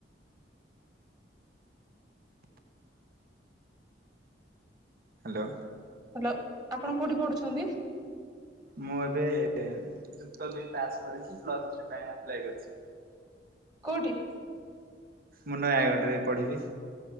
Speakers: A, on the right (about 55°); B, on the right (about 20°).
A: ହ୍ୟାଲୋ।
B: ହ୍ୟାଲୋ ଆପଣ କଉଠି ପଢ଼ୁଛନ୍ତି।
A: ମୁଁ ଏବେ ଯୁକ୍ତ ଦୁଇ ପାସ୍ କରିଛି ପ୍ଲସ୍ ଥ୍ରି ପାଇଁ ଆପ୍ଲାଏ କରିଚି।
B: କୋଉଠି?
A: ମୁଁ ନୟାଗଡ଼ରେ ପଢିବି।